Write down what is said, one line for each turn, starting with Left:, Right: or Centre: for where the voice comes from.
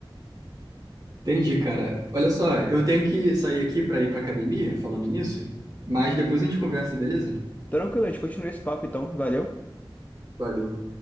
Right: Entendi, cara. Olha só, eu tenho que sair aqui para ir para academia, falando nisso, mas depois a gente conversa, beleza?
Left: Tranquilo, a gente continua esse papo então, valeu?
Right: Valeu.